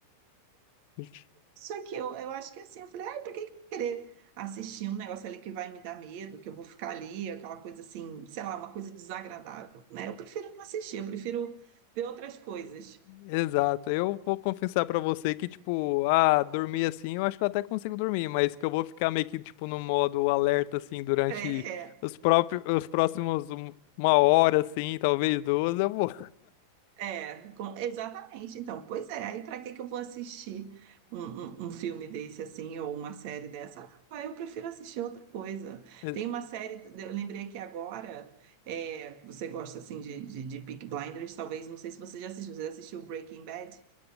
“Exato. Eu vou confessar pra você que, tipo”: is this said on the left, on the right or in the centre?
Left